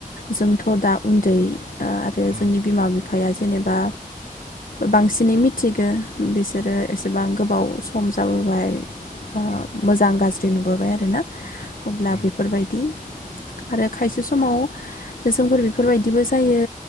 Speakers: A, on the left; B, on the left.
A: जोंथ दा उन्दै आ आरो
B: उम
A: जोंनि बिमा बिफा फाया जेनेबा बांसिनै मिथिगो बेस सोरो एसेबां गोबाव सम जाबोबाय आ
B: उम
A: मोजां गाज जे नुबोबाय आरो ना। अब्ला
B: उम
A: बेफोरबायदि आरो खायसे समाव जोंफोर बेफोरबायदिबो जायो